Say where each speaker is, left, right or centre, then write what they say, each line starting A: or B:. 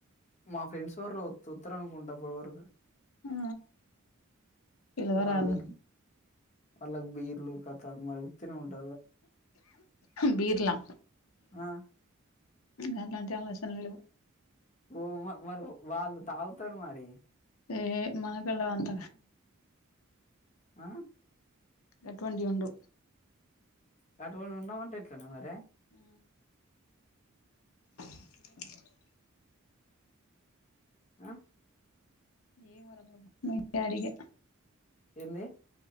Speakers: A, on the left; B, on the left.
A: మా ఫ్రెండ్స్ త్తరం తుతారు పోలవకు
B: ఆ పిలవరాదు
A: వాళ్లకి అలగ బీర్లు కథ మరి ఉతేనే ఉంట
B: బీర్లా
A: ఆ
B: ఇంకా అలాంటి ఆలోచన లేవు
A: ఓ మరి వాళ్ళు తాగుతారు మరి
B: ఏ మనకళ అంత
A: ఆ
B: అటువంటి ఉండు
A: కాటువడి ఉన్నా ఉంటా ఇట్నే మరి
B: ఆ <inaudible>
A: ఆ
B: ఏం వరా బాబు మ అడిగా
A: ఏంది